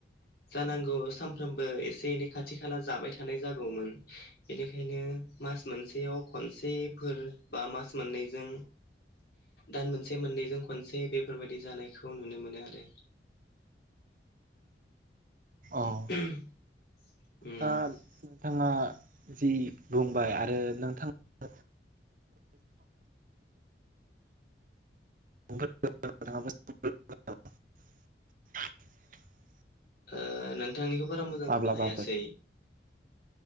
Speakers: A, on the left; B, on the right.
A: जानांगौ सानफ्रोमबो एसे एनै खाथि खाला जाबाय थानाय जागौमोन बेनिखायनो मास मोनसेयाव खनसेफोर बा मास मोननैजों दान मोनसे मोननैजों खनसे बेफोरबायाददि जानायखौ नुनो मोनो आरो ओम
B: अ दा नोंथाङा जि बुंबाय आरो नोंथाङा अ ओ
A: ओ नोंथांनिखौ बारा मोजां
B: माब्लाबाफोर
A: खोनासै